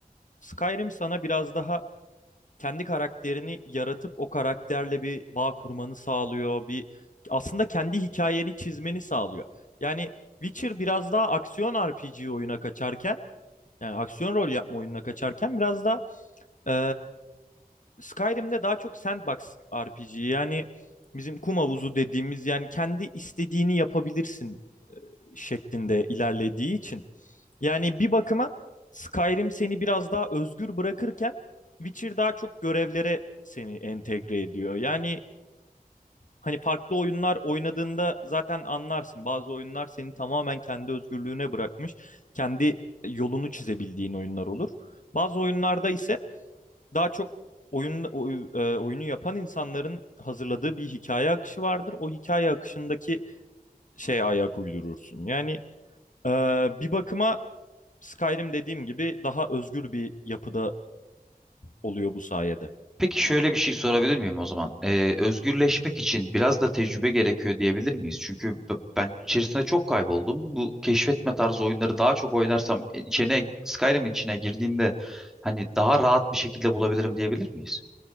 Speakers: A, on the left; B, in the centre.
A: Skyrim sana biraz daha kendi karakterini yaratıp o karakterle bir bağ kurmanı sağlıyor. Bir aslında kendi hikayeni çizmeni sağlıyor. Yani Witcher biraz daha aksiyon RPG oyuna kaçarken yani aksiyon rol yapma oyununa kaçarken biraz da e, Skyrim'de daha çok sandbox RPG yani bizim kum havuzu dediğimiz yani kendi istediğini yapabilirsin şeklinde ilerlediği için. Yani bir bakıma Skyrim seni biraz daha özgür bırakırken Witcher daha çok görevlere seni entegre ediyor. Yani hani farklı oyunlar oynadığında zaten anlarsın. Bazı oyunlar seni tamamen kendi özgürlüğüne bırakmış, kendi yolunu çizebildiğin oyunlar olur. Bazı oyunlarda ise daha çok oyun oy- e, oyunu yapan insanların hazırladığı bir hikaye akışı vardır. O hikaye akışındaki şeye ayak uydurursun. Yani e, bir bakıma Skyrim dediğim gibi daha özgür bir yapıda oluyor bu sayede.
B: Peki şöyle bir şey sorabilir miyim o zaman? Ee, özgürleşmek için biraz da tecrübe gerekiyor diyebilir miyiz? Çünkü b- ben içerisinde çok kayboldum. Bu keşfetme tarzı oyunları daha çok oynarsam e, içine Skyrim'in içine girdiğimde hani daha rahat bir şekilde bulabilirim diyebilir miyiz?